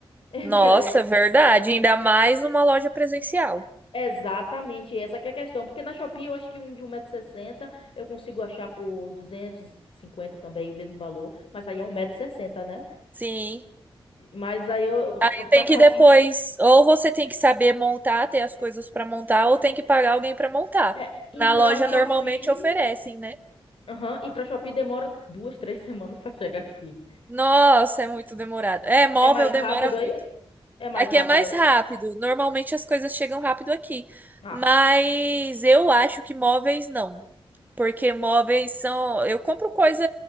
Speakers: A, on the left; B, on the right.
A: <laughs>
B: nossa,
A: É, Você-
B: verdade, ainda mais numa loja presencial.
A: Exatamente, essa que é a questão, porque na Shopee eu acho que um de um metro e sessenta eu consigo achar por 250 também, o mesmo valor, mas aí é um metro e sessenta né?
B: Sim,
A: Mas aí eu,
B: e tem
A: pra Shopee,
B: que depois, ou você tem que saber montar, ter as coisas para montar, ou tem que pagar alguém para montar.
A: é, e
B: Na
A: pra
B: loja
A: Shopee,
B: normalmente oferecem, né?
A: aham, e pra Shopee demora duas, três semanas pra chegar aqui.
B: Nossa, é muito demorado. É, móvel
A: É mais
B: demora
A: rápido
B: muito.
A: aí? É mais
B: Aqui
A: rápido
B: é mais
A: aí?
B: rápido. Normalmente as coisas chegam rápido aqui.
A: Ah.
B: Mas eu acho que móveis não. Porque móveis são. Eu compro coisa,